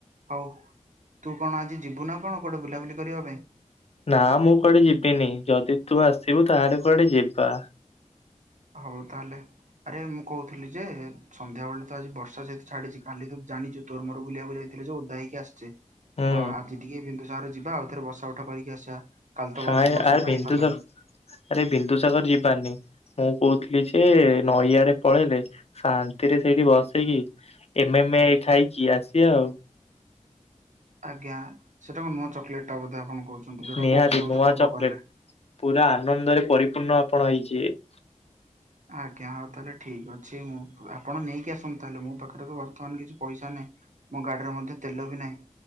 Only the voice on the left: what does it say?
ନା ମୁଁ କୁଆଡେ ଯିବିନି ଯଦି ତୁ ଆସିବୁ ତାହେଲେ କୁଆଡେ ଯିବା
ହୁଁ
କାଇଁ
ଆରେ
ବିନ୍ଦୁସାଗର
ଆରେ ବିନ୍ଦୁ ସାଗର ଯିବାନି ମୁଁ କହୁଥିଲି ଯେ ନଈଆଡେ ପଳେଇଲେ ଶାନ୍ତିରେ ସେଇଠି ବସିକି ଏମେମେ ଖାଇକି ଆସିବା ଆଉ
ନିହାତି
ନୂଆ
ଚକୋଲେଟ।
ପୁରା ଆନନ୍ଦରେ ପରିପୂର୍ଣ୍ଣ ଆପଣ ହେଇଯିବେ।